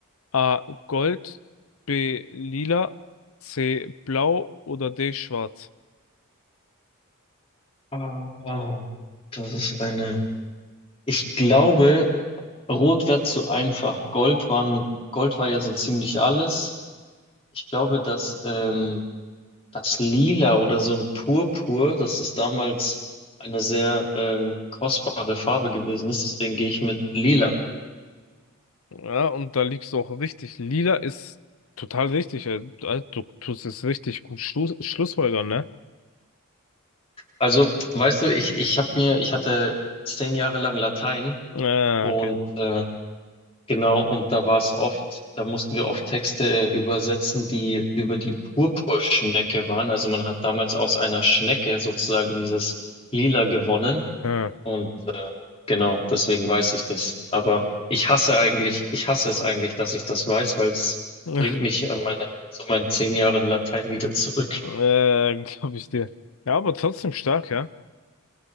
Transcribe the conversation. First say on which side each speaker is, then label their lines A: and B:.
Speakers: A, on the left; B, on the left.
A: A. Gold, B. Lila, C. Blau oder D. Schwarz?
B: Aber das ist eine. Ich glaube. Rot wäre zu einfach. Gold waren, Gold war ja so ziemlich alles. Ich glaube, dass ähm, das Lila oder so ein Purpur, dass es damals eine sehr ähm, kostbare Farbe gewesen ist. Deswegen gehe ich mit Lila.
A: Ja, und da liegst du auch richtig. Lila ist total richtig. äh, Also, du tust es richtig gut Schluss, schlussfolgern, ne?
B: Also, weißt du, ich, ich habe mir, ich hatte zehn Jahre lang Latein
A: Äh,
B: und
A: okay.
B: äh, Genau, und da war es oft, da mussten wir oft Texte übersetzen, die über die Purpurschnecke waren. Also man hat damals aus einer Schnecke sozusagen dieses Lila gewonnen.
A: Ja.
B: Und äh, genau, deswegen weiß ich das. Aber ich hasse eigentlich, ich hasse es eigentlich, dass ich das weiß, weil es
A: <laughs>
B: bringt mich an meine, zu meinen zehn Jahren Latein wieder zurück.
A: Äh, glaube ich dir. Ja, aber trotzdem stark, ja.